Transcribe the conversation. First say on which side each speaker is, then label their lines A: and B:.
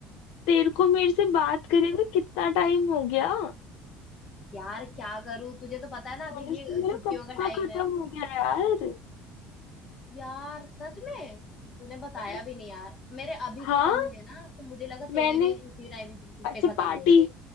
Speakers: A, on the left; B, on the left.
A: तेरे को मेरे से बात करे हुए कितना टाइम हो गया
B: यार क्या करूं तुझे तो पता है ना
A: कॉलेज
B: अभी ये
A: तो मेरा
B: छुट्टियों
A: कब
B: का
A: का
B: टाइम
A: खत्म
B: है
A: हो गया यार
B: यार सच में तूने बताया
A: मेरा
B: भी नहीं यार मेरे अभी
A: हाँ
B: खत्म हुए ना तो मुझे लगा
A: मैंने
B: तेरे भी उसी टाइम पे
A: अच्छा
B: खत्म
A: पार्टी
B: होंगे